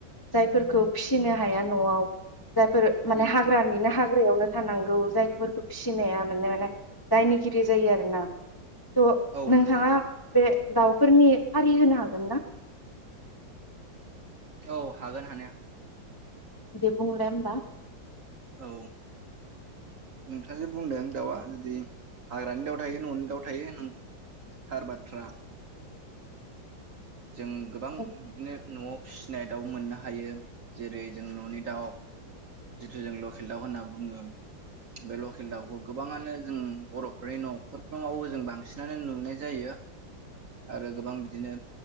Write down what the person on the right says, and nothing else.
उम
औ
नंगौ
औ हागोन हानाया
औ नोंथाङास बुंदों दाउआ जुदि हाग्रानि दाउ थायो न'नि दाउ थायो हार बाथ्रा जों गोबां
बिदिनो न'आव फिसिनाय दाउ मोननो हायो जेरै जों न'नि दाउ जिथु जों लकेल दाउ होनना बुङो बे लकेल दाउखौ गोबाङानो जों बर'फोरनि न'खरफ्रामावबो जों बांसिनानो नुनाय जायो आरो गोबां बिदिनो